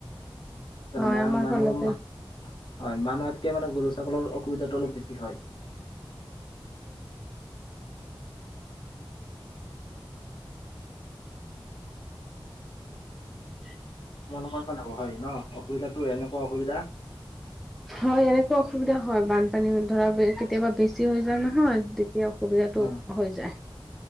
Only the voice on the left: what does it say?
মানে
মানুহ
হয় মানুহতকে মানে গৰু ছাগলৰ অসুবিধাটো অলপ বেছি হয়
তোমালোকৰ <unintelligible> হয় ন অসুবিধাটো এনেকুৱা অসুবিধা
অ